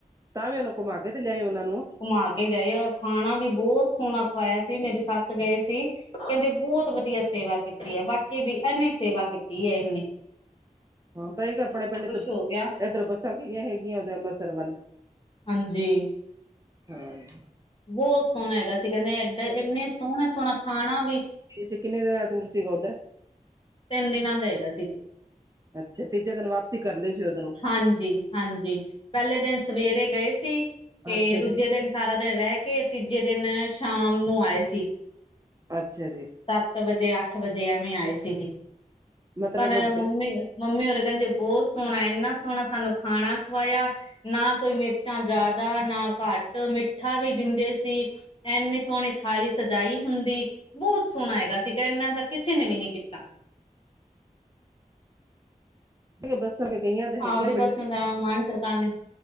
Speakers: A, on the right; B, on the left.
A: ਤਾਂ ਵੀ ਉਹਨੂੰ ਘੁੰਮਾ ਕੇ ਤੇ ਲਿਆ ਉਹਨਾਂ ਨੂੰ
B: ਘੁਮਾ ਕੇ ਜਾਏ ਖਾਣਾ ਵੀ ਬਹੁਤ ਸੋਹਣਾ ਖਵਾਇਆ ਸੀ, ਮੇਰੀ ਸੱਸ ਗਏ ਸੀ। ਕਹਿੰਦੇ ਬਹੁਤ ਵਧੀਆ ਸੇਵਾ ਕੀਤੀ ਹੈ, ਵਾਕੀ ਵੀ ਇਹਨੇ ਸੇਵਾ ਕੀਤੀ ਹੈ ਇਹਨੀ
A: <unintelligible> ਹਾਂ ਤਾਂ ਇਹ ਆਪਣੇ ਪਿੰਡ 'ਚ
B: ਹੋ ਗਿਆ
A: ਏਧਰ ਬੱਸਾਂ ਗਈਆਂ ਹੈਗੀਆਂ, ਉਧਰ ਅੰਮ੍ਰਿਤਸਰ ਵੱਲ
B: ਹਾਂਜੀ,
A: <unintelligible>
B: ਬਹੁਤ ਸੋਹਣਾ ਹੈਗਾ, ਅਸੀਂ ਕਹਿੰਦੇ ਐਡ ਇੰਨੇ ਸੋਹਣਾ ਸੋਹਣਾ ਖਾਣਾ ਵੀ
A: ਸਿ ਕਿੰਨੇ ਦਿਨ ਦਾ ਟੂਰ ਸੀਗਾ ਉਧਰ?
B: ਤਿੰਨ ਦਿਨਾਂ ਦਾ ਹੈਗਾ ਸੀ।
A: ਅੱਛਾ ਤੀਜੇ ਦਿਨ ਵਾ ਸੀ ਕਰਲੇ ਸੀ ਉਧਰੋਂ
B: ਹਾਂਜੀ-ਹਾਂਜੀ ਪਹਿਲੇ ਦਿਨ ਸਵੇਰੇ ਗਏ ਸੀ। ਤੇ
A: ਅੱਛਾ ਜੀ
B: ਦੂਜੇ ਦਿਨ ਸਾਰਾ ਦਿਨ ਰਹਿ ਕੇ ਤੀਜੇ ਦਿਨ ਸ਼ਾਮ ਨੂੰ ਆਏ ਸੀ।
A: ਅੱਛਾ ਜੀ।
B: ਸੱਤ ਵਜੇ ਅੱਠ ਵਜੇ ਐਵੇਂ ਆਏ ਸੀ, ਜੀ
A: ਮਤਲਬ
B: ਪਰ ਮੰਮੀ ਮੰਮੀ ਹੋਰੇ ਕਹਿੰਦੇ ਬਹੁਤ ਸੋਹਣਾ ਇੰਨਾ ਸੋਹਣਾ ਸਾਨੂੰ ਖਾਣਾ ਖਵਾਇਆ। ਨਾ ਕੋਈ ਮਿਰਚਾਂ ਜ਼ਿਆਦਾ ਨਾ ਘੱਟ ਮਿੱਠਾ ਵੀ ਦਿੰਦੇ ਸੀ। ਇੰਨੀ ਸੋਹਣੀ ਥਾਲੀ ਸਜਾਈ ਹੁੰਦੀ। ਬਹੁਤ ਸੋਹਣਾ ਹੈਗਾ ਸੀਗਾ, ਇਹਨਾਂ ਦਾ ਕਿਸੇ ਨੇ ਵੀ ਨਹੀਂ ਕੀਤਾ।
A: ਜਿਹ ਬੱਸਾਂ ਕੇ ਗਈਆਂ ਤੇ
B: ਆਪਦੇ
A: ਹੈਗੀਆਂ, <unintelligible>
B: ਪਾਸਿਓਂ ਤਾਂ ਮਾਨ ਸਰਕਾਰ ਨੇ